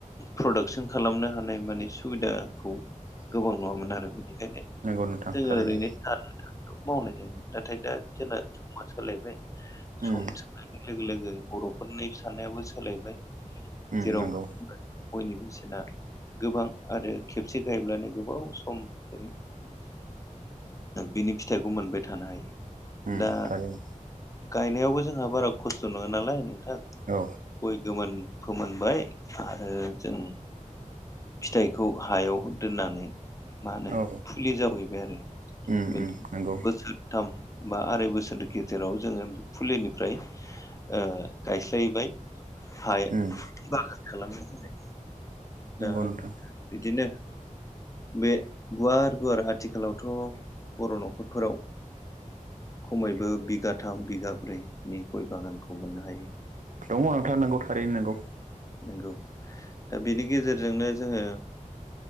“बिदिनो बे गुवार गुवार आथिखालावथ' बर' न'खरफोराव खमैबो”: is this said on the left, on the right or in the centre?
Left